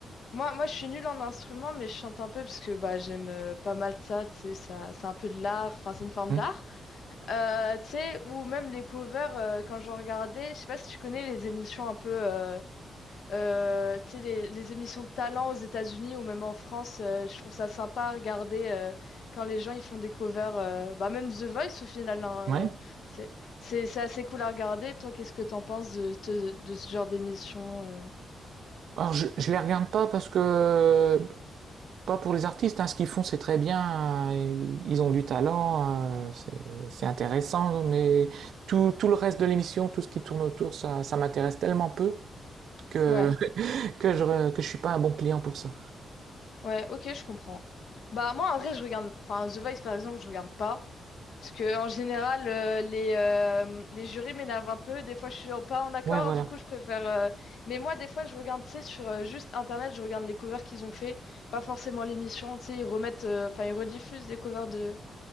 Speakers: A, on the left; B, on the right.
A: Moi, moi, je suis nulle en instrument, mais je chante un peu parce que bah, j'aime euh, pas mal ça. Tu sais, ça, c'est un peu de l'art. Enfin, c'est une forme
B: Hmm.
A: d'art. Euh, tu sais, ou même les covers, euh, quand j'en regardais, je sais pas si tu connais les émissions un peu. euh, euh, tu sais, les, les émissions de talent aux États-Unis ou même en France. euh, je trouve ça sympa à regarder euh, quand les gens ils font des covers. euh, bah, même The Voice au final. hein,
B: Ouais.
A: euh, c'est, c'est c'est assez cool à regarder. Toi, qu'est-ce que t'en penses de, de, de ce genre d'émission? euh?
B: Alors je, je les regarde pas parce que Pas pour les artistes, hein, ce qu'ils font c'est très bien, euh, ils ont du talent, euh, c'est c'est intéressant, mais tout, tout le reste de l'émission, tout ce qui tourne autour, ça, ça m'intéresse tellement peu que,
A: Ouais,
B: <laughs> que je, re- que je suis pas un bon client pour ça.
A: ouais, ok, je comprends. Bah moi en vrai je regarde, enfin The Voice par exemple je regarde pas, parce que en général euh, les, euh, les jurys m'énervent un peu, des fois je suis pas en accord,
B: Ouais, voilà.
A: du coup je préfère... euh, Mais moi des fois je regarde, tu sais, sur euh, juste internet, je regarde les covers qu'ils ont fait, pas forcément l'émission, tu sais, ils remettent, euh, enfin ils rediffusent des covers de,